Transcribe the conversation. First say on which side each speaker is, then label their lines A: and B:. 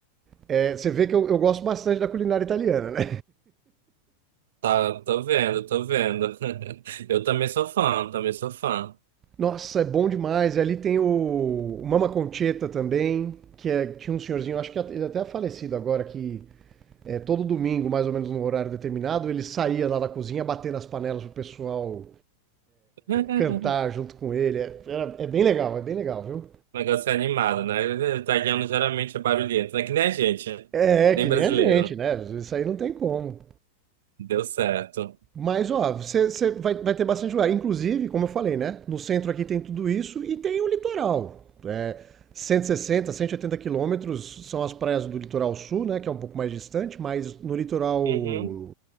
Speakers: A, on the right; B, on the right.
A: É, você vê que eu, eu gosto bastante da culinária italiana, né?
B: Tá, tô vendo, tô vendo. <laughs> Eu também sou fã, também sou fã.
A: Nossa, é bom demais. ali tem o, o Mama Concheta também, que é- tinha um senhorzinho, acho que ele até é falecido agora, que é, todo domingo, mais ou menos no horário determinado, ele saía lá da cozinha batendo as panelas pro pessoal
B: <laughs>
A: cantar junto com ele. É, era- é bem legal, é bem legal, viu?
B: O negócio é animado, né? Italiano geralmente é barulhento, né? Que nem a gente, que
A: É, é
B: nem
A: que
B: brasileiro.
A: nem a gente, né? Isso aí não tem como.
B: Deu certo.
A: Mas, ó, você você vai, vai ter bastante lugar. Inclusive, como eu falei, né? No centro aqui tem tudo isso e tem o litoral. É, cento cento e sessenta cento e oitenta quilômetros são as praias do litoral sul, né? Que é um pouco mais distante, mas no litoral.
B: Uhum,